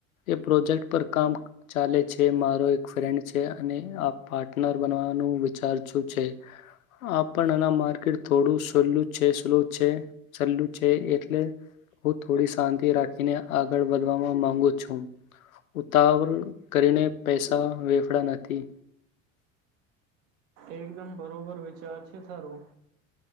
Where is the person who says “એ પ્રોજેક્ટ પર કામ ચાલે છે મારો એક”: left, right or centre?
Left